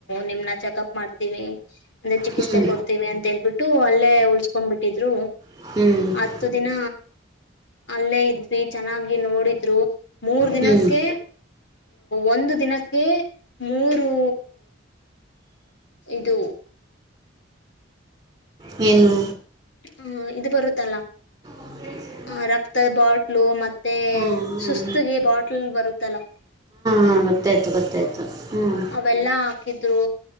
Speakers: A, on the left (about 65°); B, on the right (about 20°).
A: ನಿಮ್ನ ಚೆಕಪ್ ಮಾಡ್ತೀವಿ. ಅಂದ್ರೆ ಚಿಕಿತ್ಸೆ
B: ಹ್ಞೂ
A: ಕೊಡ್ತೀವಿ ಅಂತೇಳ್ಬಿಟ್ಟು ಅಲ್ಲೇ ಉಳ್ಸ್ಕೊಂಡಬಿಟ್ಟಿದ್ರು.
B: ಹ್ಮ್.
A: ಹತ್ತು ದಿನ ಅಲ್ಲೇ ಇದ್ವಿ ಚೆನ್ನಾಗಿ ನೋಡಿದ್ರು ಮೂರ್ ದಿನಕ್ಕೆ.
B: ಹ್ಞೂ
A: ಒಂದು ದಿನಕ್ಕೆ ಮೂರುೂ. ಇದು.
B: ಮೇನು.
A: ಹ್ಮ ಇದು ಬರುತ್ತಲ್ಲಾ.
B: ಹ. <inaudible>
A: ಆ ರಕ್ತದ ಬಾಟ್ಲು ಮತ್ತೆ
B: ಹಾಂ ಹಾಂ
A: ಸುಸ್ತಗೆ ಬಾಟ್ಲ್ ಬರುತ್ತಲ್ಲಾ.
B: ಹಾ ಗೊತ್ತಾಯ್ತು ಗೊತ್ತಾಯ್ತು ಹ್ಞ.
A: ಬೆಲ್ಲ ಹಾಕಿದ್ರು.